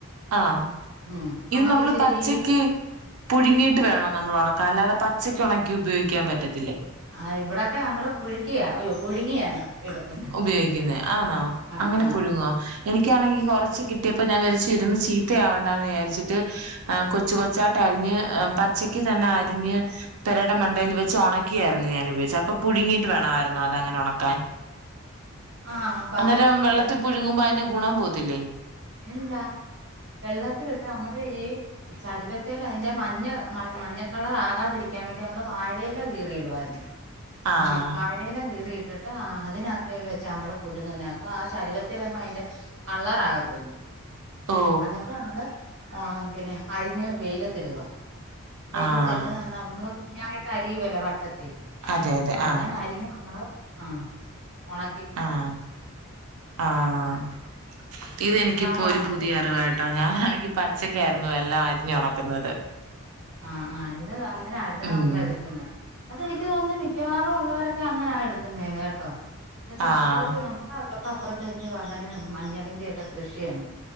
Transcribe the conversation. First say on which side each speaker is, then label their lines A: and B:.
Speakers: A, on the right; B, on the right.
A: ആഹ്
B: ഉം
A: ഇത്
B: നമുക്ക്
A: നമ്മള്
B: ഇച്ചിരി
A: പച്ചക്ക്
B: ഈ
A: പുഴുങ്ങിട്ട് വേണോ നമ്മൾ ഉണക്കാൻ അല്ലാതെ പച്ചക്ക് ഉണക്കി ഉപയോഗിക്കാൻ പറ്റത്തില്ലേ
B: ആഹ് ഇവിടെക്കെ ഞങ്ങള് പുഴുക്കിയ അയ്യോ പുഴുങ്ങിയാണ് എടുക്കുന്നത്
A: ഉപയോഗിക്കുന്നെ ആണോ
B: ആഹ്
A: അങ്ങനെ
B: ആഹ്
A: പുഴുങ്ങോ എനിക്കാണെങ്കിൽ കൊറച്ച് കിട് ട്ടിയപ്പ ഞാൻ ചിരന്ന് ഇരുന്ന് ചീത്തയാവണ്ടന്ന് വിചാരിച്ചിട്ട് ആഹ് കൊച്ചു കൊച്ചായിട്ടരിഞ്ഞ് പച്ചക്ക് തന്നെ അരിഞ്ഞ് പെരയുടെ മണ്ടയിൽ വെച്ച് ഉണക്കിയായിരുന്നു ഞാൻ ഉപോഗിച്ചെ അപ്പൊ പുഴുങ്ങീട്ട് വേണായിരുന്നോ അതങ്ങനെ ഒണക്കാൻ
B: ആഹ് ആഹ്
A: അന്നേരം വെള്ളത്തിൽ പുഴങ്ങുമ്പോ അതിന്റെ ഗുണം പോത്തില്ലേ
B: ഇല്ലാ വെള്ളത്തിലിട്ട് നമ്മള് ഈ ചരിവത്തെലതിന്റെ മഞ്ഞ മ മഞ്ഞക്കളറാകാതിരിക്കാൻ വേണ്ടി നമ്മള് വാഴയില കീറിയിടുവായിരുന്ന്
A: ആഹ്
B: ഉം വാഴ് ഴ എല കീറിട്ടിട്ട് ആ അതിനകത്ത് വെച്ച നമ്മള് പുഴങ്ങുന്നേ അപ്പൊ ആ ചരുവത്തെലങ്ങും അയിന്റ കള്ളറാകത്തില്ല
A: ഓ
B: അന്നിട്ട് നമ്മള് ആ പിന്നെ അരിഞ്ഞ് വെയിലത്തിടുവാ വെയിലത്തിട്ട്
A: ആഹ്
B: നമ്മള് കുഞ്ഞായിട്ട് അരിയുവല്ലോ വട്ടത്തി ത്തി
A: അതെ അതെ
B: അങ്ങനെ
A: ആഹ്
B: അരിഞ്ഞമ്മള് ആഹ് ഒണ
A: ആഹ് ആഹ് ഇതെനിക്കിപ്പോ
B: അതാകുമ്പോ നമ്മക്ക്
A: ഒരു പുതിയ അറിവാ ട്ടാണ് ഞാനാണെങ്കിൽ പച്ചക്കായിരുന്നു എല്ലാം അരിഞ്ഞൊണക്കുന്നത്
B: ആഹ് ആഹ് ഇത് അങ്ങന ആയിരുന്നു
A: ഉം
B: നമ്മളെടുക്കുന്നെ അതെനിക്ക് തോന്ന്ന്ന് മിക്കവാറും ഉള്ളവരൊക്കെ അങ്ങനാ എടുക്കുന്നേന്ന് കേട്ടോ എന്നച്ചാ
A: ആഹ്
B: അപ്പുറത്ത് അങ്ങനെ തൊട്ടപ്പുറത്തേക്ക് അണ്ണന് മഞ്ഞളിന്റൊക്കെ കൃഷിയുണ്ട്